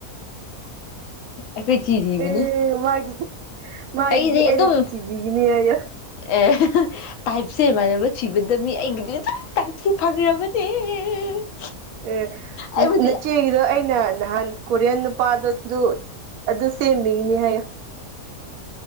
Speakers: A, on the left; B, on the right.
A: ꯑꯩꯈꯣꯏ ꯊꯤꯔꯤꯕꯅꯦ
B: ꯑꯦ ꯃꯥꯒꯤ ꯃꯥꯒꯤꯗꯤ
A: ꯑꯩꯗꯤ
B: ꯑꯩꯅ
A: ꯑꯗꯨꯝ
B: ꯊꯤꯚꯒꯤꯅꯦ ꯍꯥꯏꯌꯣ
A: ꯑꯦ ꯇꯥꯏꯞꯁꯦꯃꯥꯏꯅꯕ ꯁꯤꯤꯕꯗ ꯃꯤ ꯑꯩꯒꯤꯗꯤ ꯇꯥꯏꯞꯁꯦ ꯐꯪꯈ꯭ꯔꯕꯅꯦ <unintelligible>
B: ꯑꯦ
A: ꯑꯩꯕꯨꯗꯤ
B: ꯅꯆꯦꯒꯤꯗꯣ ꯑꯩꯅ ꯅꯍꯥꯟ ꯀꯣꯔꯤꯌꯟ ꯅꯨꯄꯥꯗꯨ ꯑꯗꯨ ꯑꯗꯨ ꯁꯦꯝꯃꯤꯅꯤ ꯍꯥꯏꯌꯨ